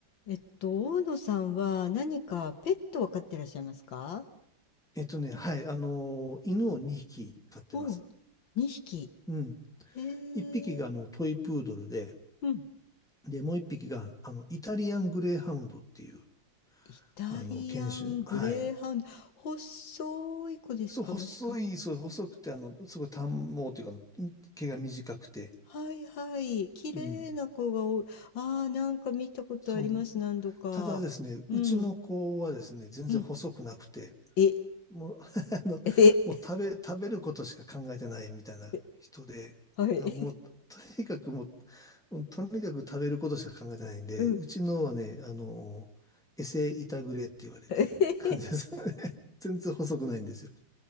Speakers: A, on the left (about 70°); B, in the centre.
A: えっと、大野さんは何かペットを飼ってらっしゃいますか
B: えっとね、はい、あのー犬を2匹飼ってます。
A: おう、2匹。
B: うん。
A: へえ。
B: 1匹があのトイプードルで、
A: うん。
B: で、もう1匹があのイタリアングレーハウンドっていう、
A: イタリアングレーハウンド。
B: あの、犬種。はい。
A: 細い子ですかもしか。
B: そう、細い、そう、細くて、あの、すごい短毛というかあの、毛が短くて。
A: はいはい。綺麗な子が多い。
B: うん。
A: ああ、なんか見たことあります。
B: その、
A: 何度か。
B: ただですね、
A: うん。
B: うちの子はですね、全然細くなくて、
A: うん。え、
B: もう、<laughs> あの、
A: え、
B: もう食べ、食べることしか考えてないみたいな人で、
A: <laughs> はい。
B: だからもう、
A: <laughs>
B: とにかくもう、もうとにかく食べることしか考えてないんで、
A: うん。
B: うちのはね、あの、エセイタグレって言われてる感じですよね。
A: <laughs>
B: <laughs> 全然細くないんですよ。